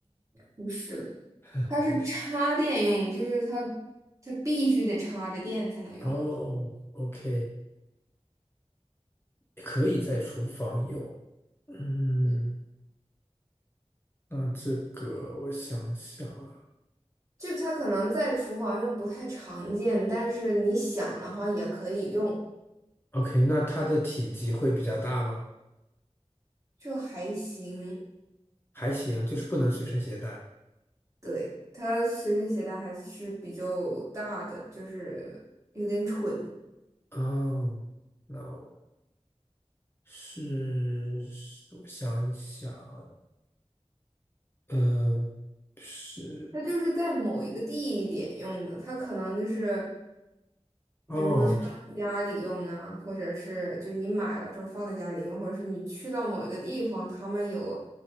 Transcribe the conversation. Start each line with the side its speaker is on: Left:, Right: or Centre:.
Right: 不是的，
Left: <laughs>
Right: 它是插电用的，
Left: 不是。
Right: 就是它，它必须得插着电才能用。
Left: 哦，OK，可以在厨房用，嗯，
Right: 嗯。
Left: 那这个我想想啊
Right: 就它可能在厨房用不太常见，但是你想的话也可以用，
Left: ，OK，那它的体积会比较大吗？
Right: 就还行。
Left: 还行，就是不能随身携带。
Right: 对，它随身携带还是比较大的，就是有点蠢。
Left: 哦，那我是，我想一想，嗯、是，
Right: 它就是在某一个地点用的，它可能就是
Left: 哦，
Right: 比如说放在家里用啊，或者是就是你买了之后放在家里用，或者是你去到某一个地方，他们有